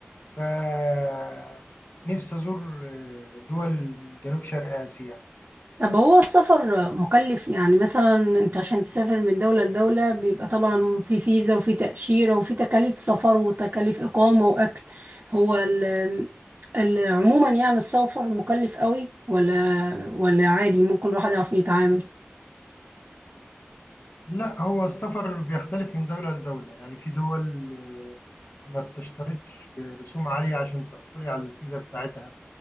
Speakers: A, on the left; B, on the right.
A: فنفسي أزور آه، دول من جنوب شرق آسيا
B: طب هو السفر مكلف يعني مثلا انت عشان تسافر من دولة لدولة بيبقى طبعا في فيزا وفي تأشيرة وفي تكاليف سفر وتكاليف إقامة وأكل هو ال ال- عموما يعني السفر مكلف قوي ولا ولا عادي ممكن الواحد يعرف يتعامل
A: لا هو السفر بيختلف من دولة لدولة يعني في دول آه، ما بتشترطش رسوم عالية عشان تحصلي على الفيزا بتاعتها